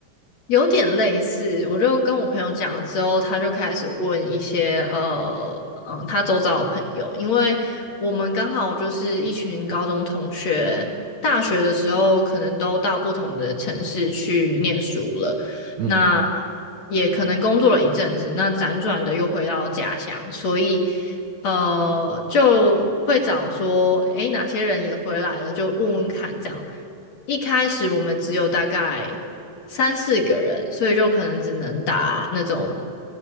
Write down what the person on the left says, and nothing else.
有点类似，我就跟我朋友讲了之后，他就开始问一些呃嗯，他周遭的朋友，因为我们刚好就是一群高中同学，大学的时候可能都到不同的城市去念书了，
那也可能工作了一阵子，那辗转的又回到家乡，所以呃就会找说，诶，哪些人也回来了，就问问看这样。一开始我们只有大概三四个人，所以就可能只能打那种